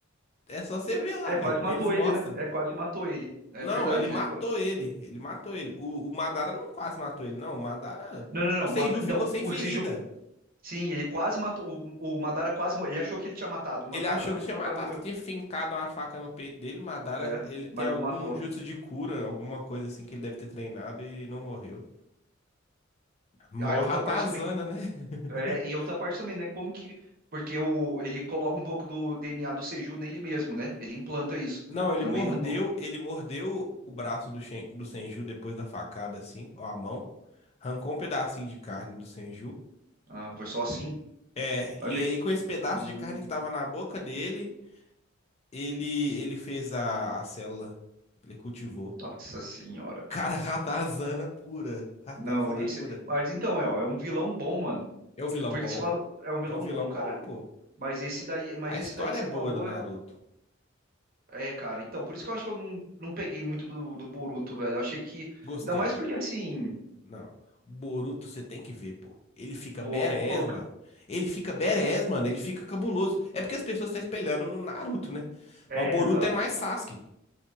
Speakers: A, on the left; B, on the right.
A: É só você ver lá,
B: É,
A: velho.
B: quase matou
A: Eles mostram.
B: ele, né? É, quase matou ele. É
A: Não,
B: verdade.
A: ele matou
B: Ele... qua-
A: ele. Ele matou ele. O, o Madara não quase matou ele, não. O Madara.
B: Não, não, não.
A: O Senju
B: mata-
A: ficou
B: Então,
A: sem
B: o
A: ferida.
B: Seju, sim, ele quase matou. O, o Madara quase morreu. Ele achou que ele tinha matado o Madara,
A: Ele achou
B: mas
A: que tinha
B: o Madara
A: matado,
B: não morreu.
A: que tinha fincado uma faca no peito dele, mataram.
B: É,
A: Ele tem
B: mas
A: algum
B: não matou.
A: jutsu de cura, alguma coisa assim que ele deve ter treinado e não morreu. Mó
B: Aí outra
A: ratazana,
B: parte também,
A: né? <laughs>
B: é, e outra parte também, né? Como que, porque o, ele coloca um pouco do DNA do Seju nele mesmo, né? Ele implanta isso.
A: Não, ele
B: Também
A: mordeu,
B: não,
A: ele mordeu o braço do, Shen- do Senju depois da facada, assim, ou a mão. Arrancou um pedacinho de carne do Senju.
B: ah, foi só assim.
A: É, e
B: Achei,
A: aí
B: que-
A: com esse pedaço
B: hum,
A: de carne que tava na boca dele, ele ele fez a, a célula. Ele cultivou.
B: nossa senhora,
A: Cara,
B: cara.
A: <laughs> ratazana pura. Ratazana
B: Não, esse,
A: pura.
B: mas então é, ó, é um vilão bom, mano.
A: É um vilão
B: É, Porque
A: bom.
B: você fala, é um vilão
A: É um vilão
B: bom, cara.
A: bom, pô.
B: Mas esse daí, mas
A: A história
B: esse daí que você
A: é boa
B: falou
A: do Naruto.
B: é, é, cara. Então, por isso que eu acho que eu não, não peguei muito do, do Boruto, velho. Eu achei que,
A: Gostei.
B: ainda mais porque assim,
A: Não. Boruto você tem que ver, pô. Ele fica
B: vou,
A: badass,
B: vou colocar.
A: mano. Ele fica badass, mano. Ele fica cabuloso. É porque as pessoas estão espelhando no Naruto, né?
B: É,
A: Mas o Boruto
B: exato.
A: é mais Sasuke.